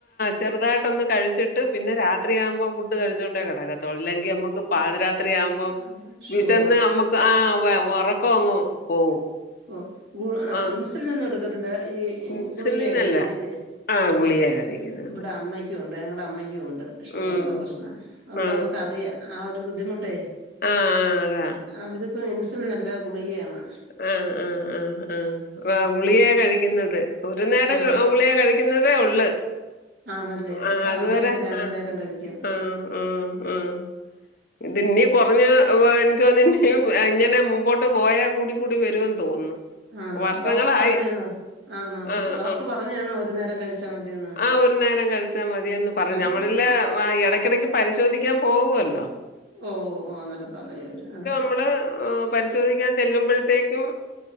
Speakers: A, on the left; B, on the right.
A: ചെറുതായിട്ടൊ ഒന്ന് കഴിച്ചിട്ട് പിന്നെ രാരത്രി ആക്പം ഫുഡ് കഴിച്ചുകണ്ടേ കിടക്കത്തുള്ളൂല്ലെങ്കിൽ നമുക്ക്
B: ആഹ്
A: പാതിരാ ത്രി അയാവുമ്പം
B: ഷുഗറോ
A: വിശന്ന് നമ്മുക്ക് ആ ഉറക്ക അങ്ങ് പോവും
B: ഓഹ്
A: ആ
B: ഇൻസുലിൻ ഒന്നും എടുക്കത്തില്ല ഈ ഈ
A: ഇൻസുലിനല്ല
B: ഗുളികയെ കഴിക്കുന്നല്ലേ
A: ഗുളികയാ
B: ആ
A: കഴിക്കുന്നത്
B: ഇവിടെ അമ്മയ്ക്കും ഉണ്ട് ഞങ്ങളടെ അമ്മയ്ക്കും ഉണ്ട് ഷുഗറിന്റെ
A: ഉം
B: പ്രശ്ന അതുകൊണ്ട്
A: ആ
B: നമുക്ക്റിയാം ആ ഒരു ബുദ്ധിമുട്ടേ
A: ആഹ് ആഹ് അതാ
B: അവർക്ക് ഇൻസുലിൻ അ ല്ല ഗുളികയാണ്
A: ആഹ് ആഹ് ആഹ് ആഹ് ഗുളിയാ കഴിക്കുന്നത് ഒരു നേരം
B: ആ
A: ഗുളിയ കഴ കുന്നതെള്ളൂ
B: ആണല്ലേ ഇവിടെ
A: ആഹ് അതുവരെ
B: അമ്മയൊക്കെ രണ്ടു
A: ആഹ്
B: നേരം കഴിക്കും
A: ഉം ഉം ഇത്നി കുറഞ്ഞ എനിക്ക് തോ ന്ന ഇങ്ങനെ മുമ്പോട്ട് പോയാൽ കൂടി കൂടി വരും തോന്നുന്നു
B: ആഹ്
A: വർഷങ്ങളായി
B: ഡോക്ടർ പറഞ്ഞ താണോ ആന്നോ
A: ആഹ്
B: ഡോക്ടർ പറഞ്ഞ താണോ ഒരു നേരം കഴിച്ചാ മതിയന്ന്
A: ആഹ് ഒരു നേരം കഴി ച്ചാ മതിയന്ന് പറഞ്ഞ
B: അന്നേരം
A: നമ്മളല്ല ഇടക്കിടക്ക് പരിശോധിക്കാൻ പോവുവല്ലോ
B: ഓഹ് ഓ അന്നേരം പറയാ അവര്
A: മ്മള് എ പരിശോധിക്കാൻ ചെല്ലുമ്പോഴത്തേക്കും